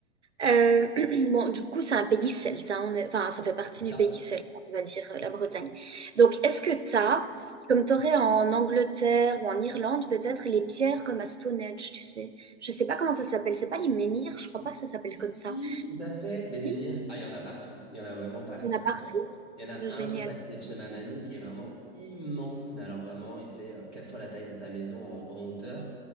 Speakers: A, on the right; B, on the left.
A: Euh, <clears throat> bon, du coup, c'est un pays celte, hein, on est- enfin, ça fait partie
B: c'est
A: du
B: ça.
A: pays celte, on va dire, euh, la Bretagne. Donc, est-ce que tu as, comme tu aurais en Angleterre ou en Irlande, peut-être les pierres comme à Stonehenge, tu sais? Je sais pas comment ça s'appelle, c'est pas les menhirs, je crois pas que ça s'appelle
B: Ici,
A: comme ça.
B: tout à fait,
A: Si,
B: les menhirs, ah, il y en a partout. Il y en a vraiment partout.
A: il y en a partout.
B: Il y en a
A: Génial.
B: un juste à côté de chez ma mamie qui est vraiment immense, mais alors vraiment, il fait euh, quatre fois la taille de sa maison en, en hauteur.